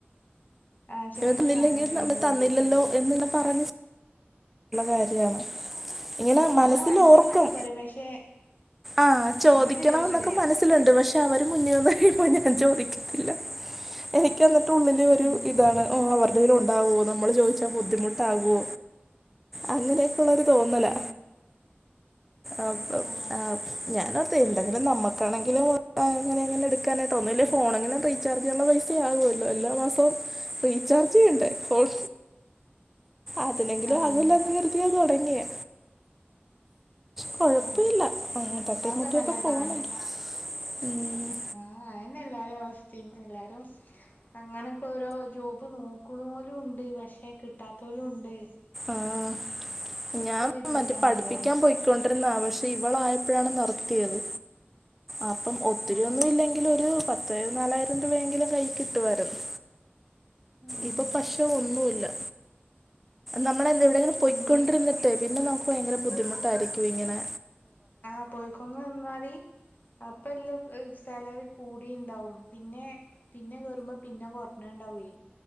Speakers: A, on the left; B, in the centre.
A: ആഹ് ചോദിച്ചു
B: തന്നില്ലെങ്കിൽ
A: വാങ്ങാന് ഭയങ്കര
B: നമ്മടെ തന്നില്ലല്ലോ
A: മടിയേക്കാരല്ലേ
B: എന്ന്ങ്ങനെ പറഞ്ഞ് കാര്യാണ് ഇങ്ങെനെ മനസ്സിലോർക്കും
A: നമ്മളെ മനസ്സിന്റെ ഉള്ളിൽ പറയും പക്ഷെ
B: ആഹ് ചോദിക്കണംന്നൊക്കെ
A: അങ്ങട്ട് ചോദിച്ചൂല
B: മനസ് ത്ത്ല്ണ്ട് പക്ഷെ അവര് മുന്നിൽ വന്ന് കഴിയുമ്പോ ഞാൻ ചോദിക്കത്തില്ലാ എനിക്ക് എന്നിട്ട് ഉള്ളില് ഒരു
A: ഉം
B: ഇതാണ് ഓഹ് അവര്ടേൽ ഉണ്ടാവോ നമ്മള് ചോയ്ച്ചാ ബുദ്ധിമുട്ടാവോ അങ്ങെനെയൊക്കെ ഉള്ളൊരു തോന്നലാ
A: ഉം ഉം
B: അപ് അപ്
A: ആഹ്
B: ആപ് ഞാനോർത്തെ എന്തെങ്കിലും നമക്കാണെങ്കിലും അങ്ങെനെങ്ങെനെ എട്ക്കാനായിട്ട് ഒന്നൂല്ലെ ഫോണെങ്കിലും റീ ചാർജ്ന്ള്ളെ പൈസ ആകുവല്ലോ എല്ലാ മാസവും റീചാർജ് ചെയ്യേണ്ടേ ഫോൺ അതിനെങ്കിലും
A: ആഹ്
B: ആകുവല്ലോന്ന് കര്തിയാ താെടങ്ങിയേ കൊഴപ്പ
A: ആഹ്
B: ഇല്ലാ അ തട്ടീം
A: അതൊക്കെ
B: മുട്ടീയാെക്കെ
A: നല്ലതാണ്
B: പോണ് ഉം
A: ആഹ് അതെന്നെ എല്ലാരിം അവസ്തിം എല്ലാരും അങ്ങനൊക്കെ ഓരോ ജോബ് നോക്ക്ണോലുണ്ട് പക്ഷെ കിട്ടാത്തോലും ണ്ട്
B: ആഹ് ഞാൻ
A: ഇതിയിലാണ്
B: മറ്റേ പഠിപ്പിക്കാം
A: എല്ലാരും
B: പോയി കൊണ്ടിര്ന്നതാ പക്ഷെ ഇവളായപ്പഴാണ് നിർത്തിയത് അപ്പം ഒത്തിരി
A: ഏഹ്
B: ഒന്നും ഇല്ലെങ്കിലും ഒരു പ ത്ത് നാലായിരം രൂപയെങ്കിലും കയ്യീ കിട്ടുവാര്ന്ന്
A: ഉം
B: ഇപ്പം പഷേ ഒന്നൂല്ലാ നമ്മളെന്ത് എവിടെങ്കിലും പൊയ്‌കൊണ്ട്ര്ന്നിട്ടെ
A: ഇനി
B: പിന്നെ നമ്ക്ക് ഭയങ്കര ബുദ്ധിമുട്ടായിരിയ്ക്കും ഇങ്ങെനെ
A: ആഹ് പൊയ്ക്കുന്ന് ന്നാല് അപ്പെല്ലെ സ് സേലറി കൂടിണ്ടാവും പിന്നേ പിന്നെ കേറുമ്പം പിന്നെ കൊർഞ്ഞ്ണ്ടാവേ